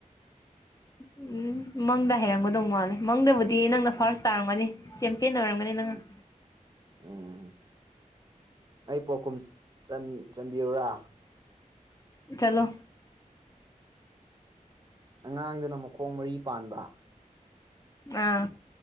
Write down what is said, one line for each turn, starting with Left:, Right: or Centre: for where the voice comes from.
Left: ꯎꯝ ꯃꯪꯗ ꯍꯥꯏꯩꯔꯝꯒꯗꯧ ꯃꯥꯜꯂꯦ ꯃꯪꯗꯕꯨꯗꯤ ꯅꯪꯅ
Right: ꯎꯝ
Left: ꯐꯥꯔꯁ ꯇꯥꯔꯝꯒꯅꯤ ꯟꯅ ꯃꯔꯔꯝꯒꯅꯤ ꯅꯪꯉ
Right: ꯎꯝ ꯎꯝ ꯑꯩ ꯄꯥꯎꯈꯨꯝ ꯆꯟꯕꯤꯔꯨꯔꯥ
Left: ꯆꯂꯣ
Right: ꯑꯉꯥꯡꯗꯨꯅ ꯃꯈꯣꯡ ꯃꯔꯤ ꯄꯥꯟꯕ
Left: ꯑꯥ